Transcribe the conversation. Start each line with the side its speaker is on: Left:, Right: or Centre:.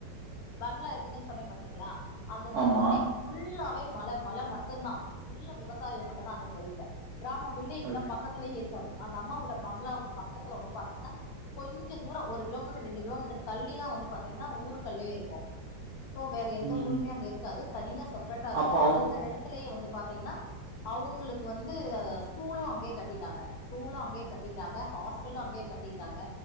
Left: பங்ளா இருக்குதுன் சொன்னே பாத்தீங்ளா அந்த சரவுண்டிங்
Right: ஆமா.
Left: ஃபுல்லாவே மல மல மட்டுந்தா ஃபுல்லா விவசாயொ மட்டுந்தா அந்த சைட்ல கிராமொ வில்லேஜ்லா
Right: ஓகே.
Left: பக்கத்துலேயே இருக்காது அந்த அம்மாவோட பங்களாவுக்கு பக்கத்துல வந்து பாத்தீங்கன்னா கொஞ்சொ தூரொ ஒரு கிலோமீட்டர் ரெண்டு கிலோமீட்டர் தள்ளிதா வந்து பாத்தீங்கன்னா ஊருகளே இருக்கு சோ வேற எந்த
Right: ம்.
Left: ஊருமே அங்க இருக்காது தனியா செப்ரேட்டா இருக்கு
Right: அப்ப அவ்
Left: அந்த எடத்துலயே வந்து பாத்தீங்கன்னா அவுங்களுக்கு வந்து ஸ்கூலு அங்கே கட்டிட்டாங்க ஸ்கூலு அங்கே கட்டிட்டாங்க ஹாஸ்டலு அங்கே கட்டிட்டாங்க